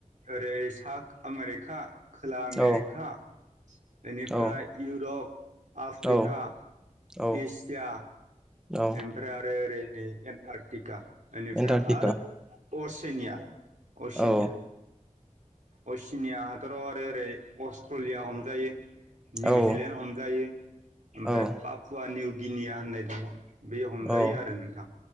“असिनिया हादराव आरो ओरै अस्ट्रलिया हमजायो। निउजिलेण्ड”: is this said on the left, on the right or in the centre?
Right